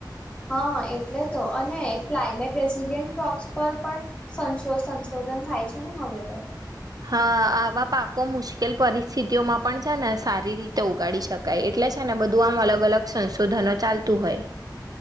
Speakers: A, on the left; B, on the right.
A: હા એટલે તો અને ક્લાયમેટ રેઝિલિયન ક્રોપ્સ પર પણ સંશોધન થાય છે ને હવે તો
B: હા આવા પાકો મુશ્કેલ પરિસ્થિતિઓમાં પણ છે ને સારી રીતે ઉગાડી શકાય એટલે છે ને બધું આમ અલગ અલગ સંશોધનો ચાલતું હોય